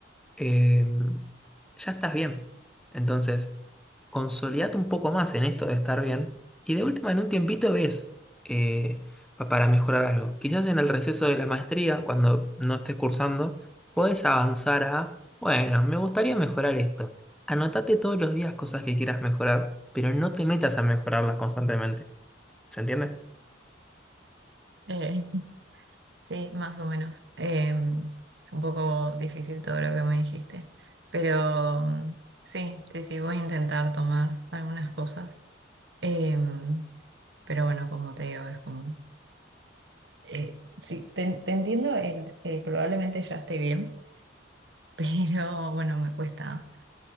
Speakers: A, in the centre; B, on the right.
A: eh, ya estás bien. Entonces, consolidate un poco más en esto de estar bien y de última en un tiempito ves eh, pa- para mejorar algo. Quizás en el receso de la maestría, cuando no estés cursando, podés avanzar a, bueno, me gustaría mejorar esto. Anotate todos los días cosas que quieras mejorar, pero no te metas a mejorarlas constantemente. ¿Se entiende?
B: Eh, <laughs> sí, más o menos. Eh, es un poco difícil todo lo que me dijiste, pero mm, sí, sí, sí, voy a intentar tomar algunas cosas. Em, Pero bueno, como te digo, es como... eh, sí, te, te entiendo, el, eh, probablemente ya esté bien, <laughs> pero bueno, me cuesta,